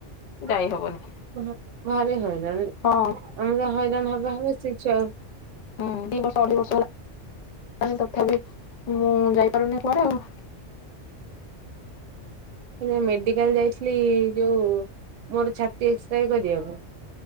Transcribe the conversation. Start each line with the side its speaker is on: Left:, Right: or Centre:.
Right: <unintelligible>
Left: ଯାଇ ହବନି ହଁ
Right: ଆମେତ ହଇରାଣ ହବା-ହବା ସେଇ ଛୁଆ କୁ,
Left: ହୁଁ ଦି ବର୍ଷ ଅଢେଇ ବର୍ଷ ହେଲା ତଥାପି-ତଥାପି ମୁଁ ଯାଇପାରୁନି କୁଆଡ଼େ ଆଉ,
Right: ହେଲେ ମେଡ଼ିକାଲ ଯାଇଥିଲି ଯୋଉ ମୋର ଛାତି ଏକ୍ସରେ କରିବାକୁ।